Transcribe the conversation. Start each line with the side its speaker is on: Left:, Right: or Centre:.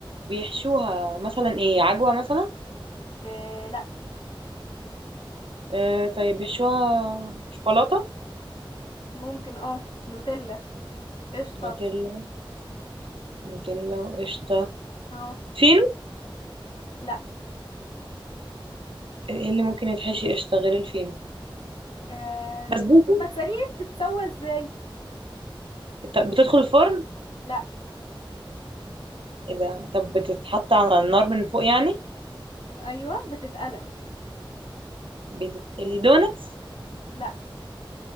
Right: بيحشوها مثلا ايه عجوة مثلا؟
Left: إيه لا
Right: آه طيب بيحشوها شوكولاتة
Left: ممكن اه نوتيلا قشطة
Right: نوتيلا نوتيلا وقشطة
Left: اه
Right: في
Left: لا
Right: ايه اللي ممكن يتحشي قشطة غير الفينو
Left: إيه
Right: بسبوسة
Left: طب ما تسأليني بتتسوى ازاي
Right: ط- بتدخل الفرن
Left: لا
Right: اذا طب بتتحط على النار من فوق يعني
Left: ايوه بتتقلى
Right: بتتقلي دونتس
Left: لا